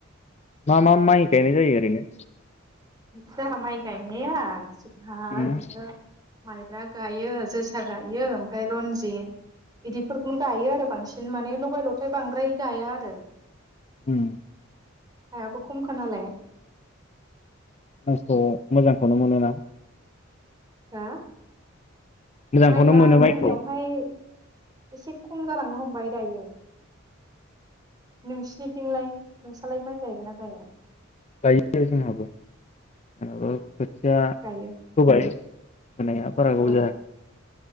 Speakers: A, on the left; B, on the right.
A: मा मा माइ गायनाय जायो ओरैनो?
B: जोहा माइ गायनाया हा
A: उम
B: ओरैनो माइब्रा गायो। जोसा गायो, ओमफ्राय रन्जित इदिफोरखौनो गायो आरो बांसिन। न माने लगाय लथाय बांद्राय गाया आरो।
A: उम।
B: हायाबो खमखा नालाय।
A: माइखौ मोजांखौनो मोनोना?
B: हा
A: मोजांखौनो
B: माइया
A: मोनो माइखौ
B: जोंनियावहाय एसे खम जालांनो हमबाय दायो। नोंसिनिथिंलाय नोंसालाय माइ गायगोन ना गाया?
A: गायो जोंहाबो <unintelligible> खोथिया
B: गायो
A: फोबाय। फोनाया बारा गोबाव
B: औ
A: जायाखै।